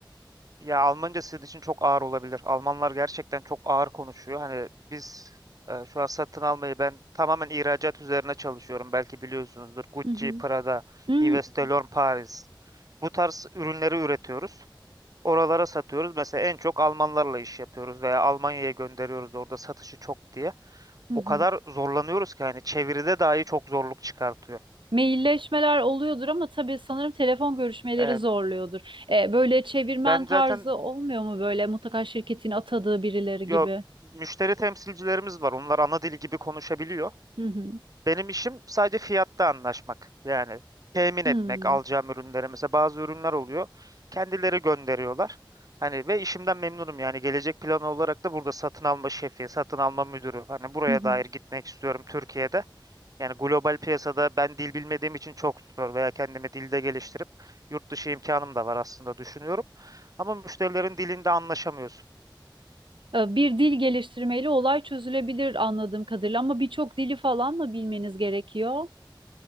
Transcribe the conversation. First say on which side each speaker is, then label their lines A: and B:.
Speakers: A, on the right; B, on the right.
A: Ya Almanca sizin için çok ağır olabilir. Almanlar gerçekten çok ağır konuşuyor. Hani biz e, şu an satın almayı ben tamamen ihracat üzerine çalışıyorum. Belki biliyorsunuzdur. Gucci,
B: Hı hı.
A: Prada,
B: Hı
A: Yves Saint
B: hı.
A: Laurent Paris. Bu tarz ürünleri üretiyoruz. Oralara satıyoruz. Mesela en çok Almanlarla iş yapıyoruz veya Almanya'ya gönderiyoruz orada satışı çok diye.
B: Hı
A: O
B: hı.
A: kadar zorlanıyoruz ki hani çeviride dahi çok zorluk çıkartıyor.
B: Mailleşmeler oluyordur ama tabii sanırım telefon görüşmeleri
A: Evet.
B: zorluyordur. E, böyle çevirmen
A: Ben
B: tarzı
A: zaten
B: olmuyor mu böyle mutlaka şirketin atadığı birileri
A: yo
B: gibi?
A: müşteri temsilcilerimiz var. Onlar ana dili gibi konuşabiliyor.
B: Hı hı.
A: Benim işim sadece fiyatta anlaşmak. Yani temin
B: Hmm.
A: etmek alacağım ürünleri. Mesela bazı ürünler oluyor. Kendileri gönderiyorlar. Hani ve işimden memnunum yani gelecek planı olarak da burada satın alma şefi, satın alma müdürü. Hani buraya
B: Hı hı.
A: dair gitmek istiyorum Türkiye'de. Yani global piyasada ben dil bilmediğim için çok zor veya kendimi dilde geliştirip yurt dışı imkanım da var aslında düşünüyorum. Ama müşterilerin dilinde anlaşamıyorsun.
B: E, Bir dil geliştirmeyle olay çözülebilir anladığım kadarıyla ama birçok dili falan mı bilmeniz gerekiyor